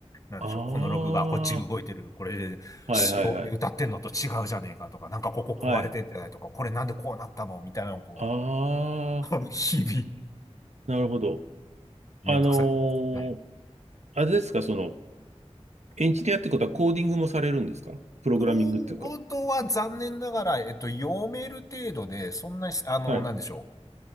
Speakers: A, on the left (about 30°); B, on the right (about 85°).
A: なんでしょう、
B: ああ、
A: このログがこっち動いてる、これ、
B: はいはいはい。
A: 仕様で歌ってんのと違うじゃねえかとか、なんかここ壊れてんじゃないとか、
B: はい。
A: これなんでこうなったのみたいなのをこ
B: ああ、
A: う、<laughs> 日々、
B: なるほど。
A: めんどくさい。
B: あの
A: はい
B: ーあれですか、その、エンジニアってことはコーディングもされるんですかプログラミングっていうか。
A: コードは残念ながら、えっと、読める程度で、そんなに、あの、
B: はい。
A: なんでしょう。